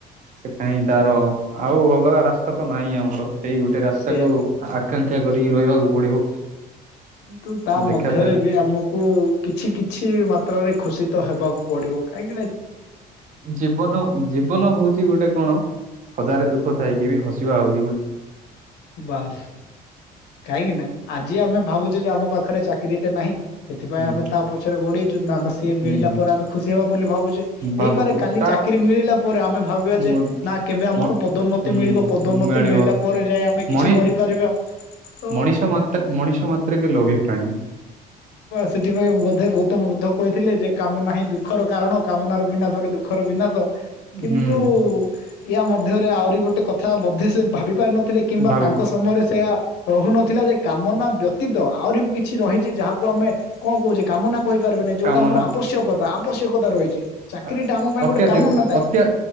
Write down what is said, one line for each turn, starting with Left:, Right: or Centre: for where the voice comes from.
Right: ସେ କାହିଁ ତାର ଆଉ ଅଲଗା ରାସ୍ତା ତ ନାହିଁ ଆମର ସେଇ ଗୋଟେ ରାସ୍ତାକୁ
Left: ସେଇଆବା
Right: ଆକାଂକ୍ଷା୍ ଶିକ୍ଷା କରିକି ରହିବାକୁ ପଡିବ।
Left: ତୁ ତା ମଧ୍ୟରେ
Right: ଦେଖାଯାଉ
Left: ବି ଆମକୁ କିଛି କି୍ କିଛି ମାତ୍ରରେ ଖୁସି ତ ହେବାକୁ ପଡିବ କାଇକି
Right: ଜୀବନ ଜୀବନ ହଉଛି ଗୋଟେ କଣ ହଜାରେ ଦୁଃଖ ଥାଇକି ବି ହସିବା ହଉ।
Left: ବାସ୍ କାହିଁକି ନା ଆଜି ଆମେ ଭାବୁଛେ ଯେ ଆମ ପାଖରେ ଚାକ୍ କ୍ରିଟା ନାହିଁ। ସେଥିପାଇଁ
Right: ହୁଁ
Left: ଆମେ ତା ପଛରେ ଗୋଡେଇଛୁ
Right: ହୁଁ
Left: ତା ସିଏ ମିଳିଲା
Right: ହୁଁ
Left: ପରେ ଆମେ ଖୁସି ହେବା ବୋଲି ଭାବୁଛେ
Right: ଭାବୁଛୁ
Left: ହେଇପାରେ କାଲି
Right: ତା
Left: ଚାକିରି ମିଳିଲା୍ ପରେ ଆମେ ଭ ଭାବିବା ଯେ
Right: ମ
Left: ନା କେବେ ଆମକୁ
Right: ମ
Left: ପଦୋନ୍ନତି
Right: ହୁଁ
Left: ମିଳିବ ପଦୋନ୍ନ୍
Right: ମିଳିବ
Left: ମିଳିଲା ପରେ ଯାଏ ଆମେ କିଛି
Right: ମଣି
Left: କରିପାରିବା ତ
Right: ମଣିଷ ମାତ୍ର ମଣିଷ ମାତ୍ରକେ ଲୋଭୀ ପ୍ରାଣୀ
Left: ସେଥିପାଇଁ ବୋଧେ ଗୌତମ ବୁଦ୍ଧ ଥିଲେ ଯେ କାମ ନାହିଁ ଦୁଃଖର କାରଣ। ମନାର ବିନାଶ ଦୁଃଖର ବିନାଶ କିନ୍ତୁ
Right: ହୁଁ
Left: ୟା ମଧ୍ୟରେ ଆହୁରି ଗୋଟେ କଥା ବୋଧେ ସେ ଭାବିିପାରୁନ ଥିଲେ କିମ୍ବା
Right: ଭାବି
Left: ତାଙ୍କ ସମୟରେ ସେଆ ରହୁନଥିଲା ଯେ କାମନା ବ୍ୟତୀତ ଆହୁରି ବି କିଛି ରହିଛି ଯାହାକୁ ଆମେ କଣ କହୁଛେ କାମନା କହିପାରିବନି ଯଉଟା
Right: କାମନା
Left: ଆମର ଆବଶ୍ୟକ ତା ଆବଶ୍ୟକତା ରହିଛି। ଚାକିରୀ
Right: ଅତ୍ୟାଧିକ
Left: ଟା ଆମ ପାଇଁ ଗୋଟେ କାମନା ନାଇଁ
Right: ଅତ୍ୟା